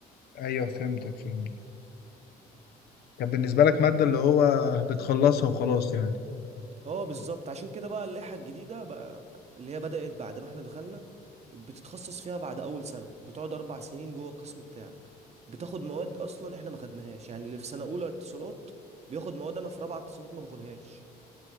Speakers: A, on the left; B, on the right.
A: ايوه فهمتك فهمتك كان بالنسبة لك مادة اللي هو بتخلصها وخلاص يعني
B: اه بالظبط عشان كده بقى اللائحة الجديدة بقى اللي هي بدأت بعد ما احنا دخلنا بتتخصص فيها بعد أول سنة بتقعد أربع سنين جوه القسم بتاعك بتاخد مواد أصلا احنا ما خدناهاش يعني اللي في سنة أولى اتصالات بياخد مواد أنا في رابعة اتصالات ما باخدهاش